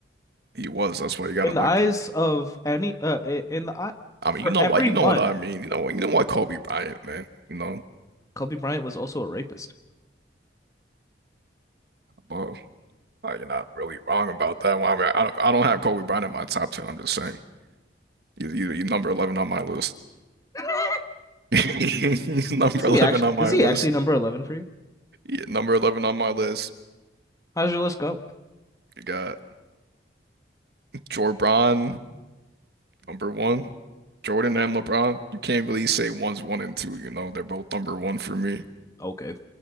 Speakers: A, on the right; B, on the left.
A: he was. That's why he got
B: In
A: elected.
B: the eyes of any, uh, in the eye
A: I
B: for
A: mean, you know
B: everyone,
A: why? You know what I mean. You know what? You know what Kobe Bryant, man. You know,
B: Kobe Bryant was also a rapist.
A: well, uh, you're not really wrong about that. Well, I mean, I don't, I don't have Kobe Bryant in my top ten. I'm just saying, he's, he's, he's number 11 on my list.
B: <laughs>
A: <laughs> He's number
B: Is he
A: 11
B: actually?
A: on my
B: Is he
A: list.
B: actually number eleven for you?
A: Yeah, number 11 on my list.
B: How does your list go?
A: You got Jorbron. Number one, Jordan and LeBron. You can't really say one's one and two, you know. They're both number one for me.
B: Okay,